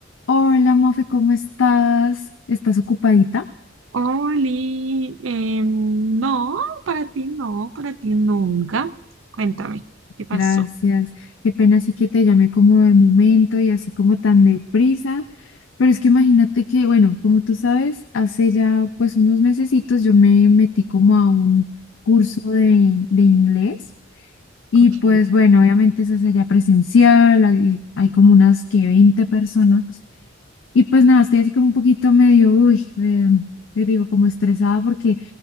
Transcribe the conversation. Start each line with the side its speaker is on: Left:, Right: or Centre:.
Left: Hola, Mofe, ¿cómo estás? ¿Estás ocupadita?
Right: Oli, em, no, para ti no, para ti nunca. Cuéntame, ¿qué pasó?
Left: Gracias. Qué pena sí que te llamé como de momento y así como tan deprisa, pero es que imagínate que, bueno, como tú sabes, hace ya pues unos mesecitos yo me metí como a un curso de, de inglés. Y
Right: Ok,
Left: pues bueno, obviamente eso es allá presencial, hay, hay como unas que 20 personas. Y pues nada, estoy así como un poquito medio, uy, eh, yo digo como estresada porque